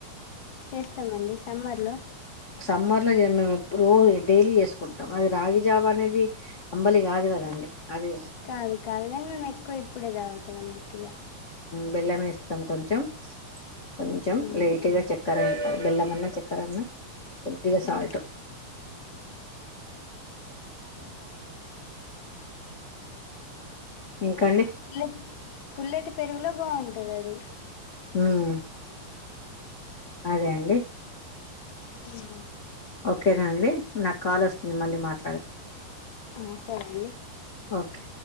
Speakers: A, on the left; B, on the left.
A: చేస్తామండి సమ్మర్ లో
B: సమ్మర్ లో మేము రోజ డైలీ చేసుకుంటాం అది రాగిజావ అనేది అంబలి కాదు కదండి అది
A: కాదు కాదు కాని మేము ఎక్కువ ఇప్పుడే తాగుతాం అన్నట్టుగా
B: బెల్లం వేస్తాం కొంచెం కొంచెం
A: ఉమ్.
B: లైట్గా చెక్క చక్కర బెల్లమన్న చక్కరన్న కొద్దిగా సాల్టు
A: ఉమ్.
B: ఇంకాండి
A: పుల్లటి పుల్లటి పెరుగులో బాగుంటది అది
B: ఊమ్ అదే అండి
A: హమ్
B: ఓకేనా అండి నాకు కాల్ వస్తుంది మళ్ళీ మాట్లాడతా
A: ఆ సరే అండి
B: ఓకే